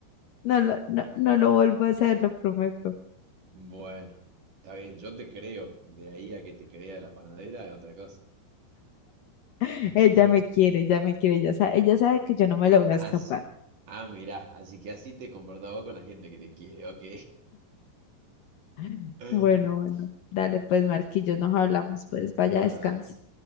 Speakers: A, on the left; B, on the right.
A: No lo, no, no lo vuelvo a hacer, lo prometo.
B: Bueno, está bien, yo te creo. De ahí a que te crea la panadera es otra cosa.
A: <laughs> Ella
B: <laughs>
A: me quiere, ella me quiere, ella sabe, ella sabe que yo no me lo voy
B: Así,
A: a escapar.
B: ah, mirá, así que así te comportás vos con la gente que te quiere, ok.
A: <gasps>
B: <laughs>
A: Bueno, bueno, dale pues, Marquillo, nos hablamos, pues, vaya,
B: Bueno,
A: descanse.
B: dale,